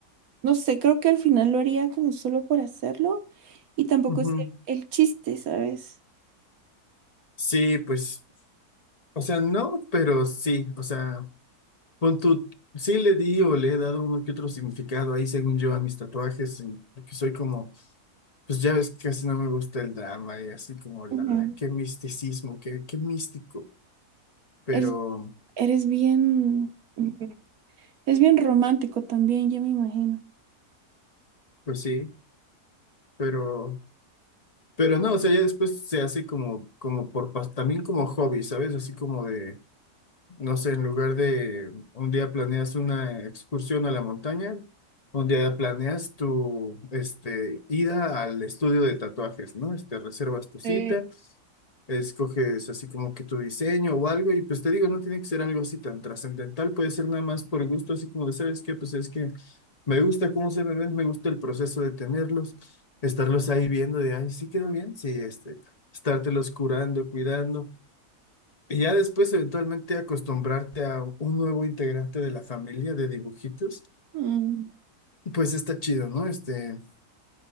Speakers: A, on the right; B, on the left.
A: no sé, creo que al final lo haría como solo por hacerlo y tampoco
B: Ujú.
A: es el, el chiste, ¿sabes?
B: Sí, pues, o sea, no, pero sí, o sea, pon tu, sí le di o le he dado uno que otro significado ahí según yo a mis tatuajes, en- porque soy como, pues ya ves que casi no me gusta el drama y así como la,
A: Ujú.
B: qué misticismo, qué, qué místico, pero,
A: Eres, eres bien, ujú. es bien romántico también, ya me imagino.
B: pues sí, pero, pero no, o sea, ya después se hace como, como por, pas- también como hobby, ¿sabes? Así como de No sé, en lugar de un día planeas una excursión a la montaña, un día planeas tu este, ida al estudio de tatuajes, ¿no? Este, reservas tu cita,
A: Sí.
B: escoges así como que tu diseño o algo, y pues te digo, no tiene que ser algo así tan trascendental, puede ser nada más por gusto, así como de, ¿sabes qué? Pues es que me gusta cómo se me ven, me gusta el proceso de tenerlos, estarlos ahí viendo de, ay, sí quedó bien, sí, este, estártelos curando, cuidando. Y ya después, eventualmente, acostumbrarte a un nuevo integrante de la familia de dibujitos,
A: Mm.
B: pues está chido, ¿no? Este,